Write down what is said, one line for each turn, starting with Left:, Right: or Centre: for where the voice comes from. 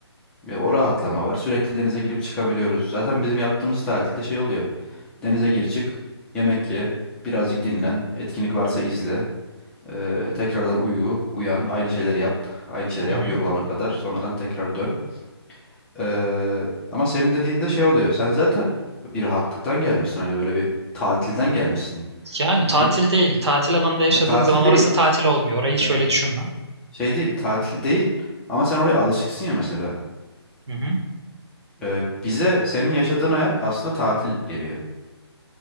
Centre: ve o rahatlama var. Sürekli denize girip çıkabiliyoruz. Zaten bizim yaptığımız tatilde şey oluyor. Denize gir çık, yemek ye, birazcık dinlen, etkinlik varsa izle. Ee, tekrardan uyu, uyan, aynı şeyleri yap, aynı şeyleri
Right: Hı
Centre: yap
Right: hı.
Centre: yorulana kadar. Sonradan tekrar dön. Ee, ama senin dediğinde şey oluyor. Sen zaten bir rahatlıktan gelmişsin. Hani böyle bir tatilden gelmişsin
Right: Yani tatil
Centre: diyeyim.
Right: değil. Tatil alanında yaşadığın
Centre: Ya tatil
Right: zaman orası
Centre: değil.
Right: tatil olmuyor. Orayı
Centre: Ee,
Right: şöyle düşünme.
Centre: şey değil, tatil değil. Ama sen oraya alışıksın ya mesela.
Right: Hı hı.
Centre: Ee, bize senin yaşadığın hayat aslında tatil geliyor.